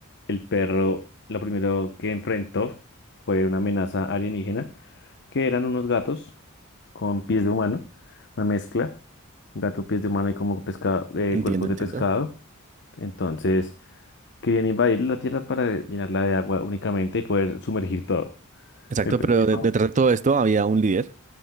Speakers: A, on the left; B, on the right.
A: el perro lo primero que enfrentó fue una amenaza alienígena que eran unos gatos con pies de humano, una mezcla, gato, pies de humano y como pescado, eh,
B: entiendo,
A: cuerpos de
B: entiendo.
A: pescado. Entonces, querían invadir la Tierra para llenarla de agua únicamente y poder sumergir todo.
B: Exacto,
A: El perro
B: pero
A: dijo,
B: de- detrás de todo esto había un líder,